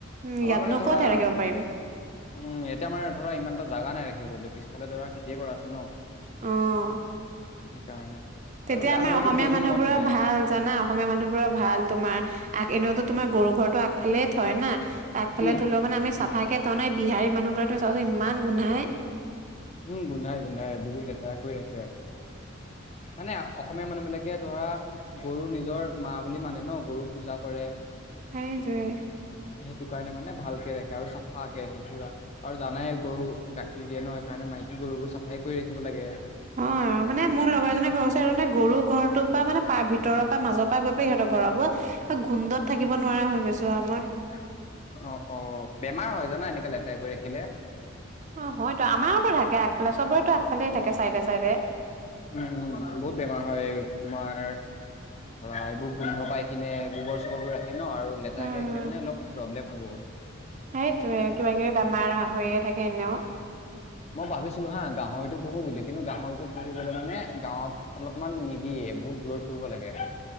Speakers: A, on the right; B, on the left.
A: উম
B: আমাৰ
A: ইয়াতনো
B: মানে ধৰা
A: ক'তহে ৰাখিব পাৰিম
B: উম, ইয়াতে আমাৰ ধৰা ইমান এটা জাগা নাই ৰাখিবলৈ পিছফালে ধৰা খেতিয়ে কৰা আছে ন'!
A: অ'।
B: সেইকাৰণে।
A: তেতিয়া
B: আৰু গাহৰিটো
A: আমাৰ অসমীয়া
B: পুহিব
A: মানুহবোৰৰ
B: মন নাযায়
A: ভাল জানা, অসমীয়া মানুহবোৰৰ ভাল তোমাৰ আগ এনেওতো তোমাৰ গৰু ঘৰটো আগফালে থয় না, আগফালে
B: উম
A: থলেও মানে আমি ভালকৈ থই ন' এই বিহাৰী মানুহবিলাক তুমি চাবাচোন ইমান গোন্ধাই।
B: উম, গোন্ধাই গোন্ধাই বহুত লেতেৰা কৰি ৰাখে। মানে অসমীয়া মানুহ বিলাকে ধৰা গৰু নিজৰ মা বুলি মানে ন' গৰু পূজা কৰে।
A: সেইটোৱে।
B: সেইটো কাৰণে মানে ভালকে ৰাখে আৰু চাফকে ৰাখে পুৰা। আৰু জানাই গৰু গাখীৰ দিয়ে ন' সেইকাৰণে মাইকী গৰুবোৰ চাফাই কৰি ৰাখিব লাগে।
A: অ', মানে মোৰ লগৰ এজনে ঘৰ ওচৰত সে গৰুৰ ঘৰটোৰ পৰা মানে প ভিতৰৰ পৰা মাজত গৈ পেলাই সিহঁতৰ ঘৰৰ পৰা গোন্ধত থাকিব নোৱাৰা হৈ গৈছো আৰু মই।
B: অ', অ', বেমাৰ হয় জানা এনেকে লেতেৰা কৰি ৰাখিলে।
A: অ', হয়তো আমাৰোটো থাকে আগফালে, চবৰেতটো আগফালেই থাকে চাইডে চাইডে।
B: উম, উম, বহুত বেমাৰ হয় তোমাৰ ধৰা এইবোৰ গোন্ধ পাই কিনে গোবৰ-চোবৰবোৰ ৰাখে ন' আৰু লেতেৰাকে
A: উম
B: ৰাখিলে
A: উম
B: মানে অলপ প্ৰব্লেম হয়, বহুত।
A: সেইটোয়ে কিবা কিবি বেমাৰ হৈয়ে থাকে এনেও।
B: মই ভাবিছিলো হা গাহৰিটো পুহো বুলি, কিন্তু গাহৰিটো পুহিবলৈ মানে গাঁৱত অলপমান নিদিয়ে। বহুত দূৰত পুহিব লাগে।